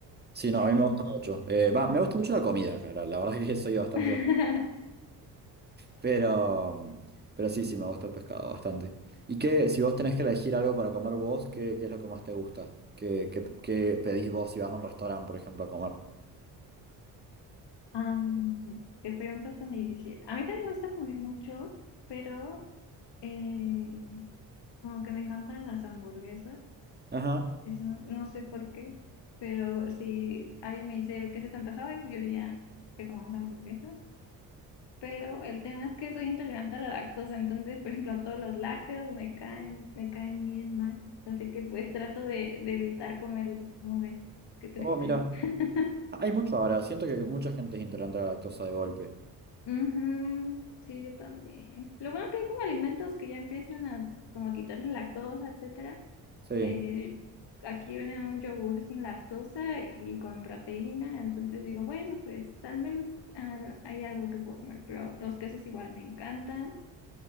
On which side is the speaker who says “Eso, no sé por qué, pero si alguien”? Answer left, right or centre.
Left